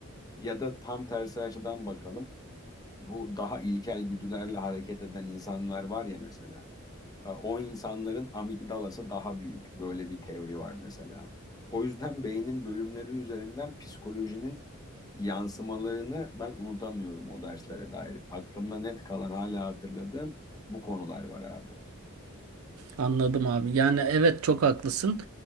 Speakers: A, on the left (about 20°); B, on the right (about 75°).
A: Ya da tam tersi açıdan bakalım. Bu daha ilkel güdülerle hareket eden insanlar var ya mesela e, o insanların amigdalası daha büyük. Böyle bir teori var mesela. O yüzden beynin bölümleri üzerinden psikolojinin yansımalarını ben unutamıyorum o derslere dair. Aklımda net kalan hala hatırladığım bu konular var abi.
B: Anladım abi. Yani evet çok haklısın.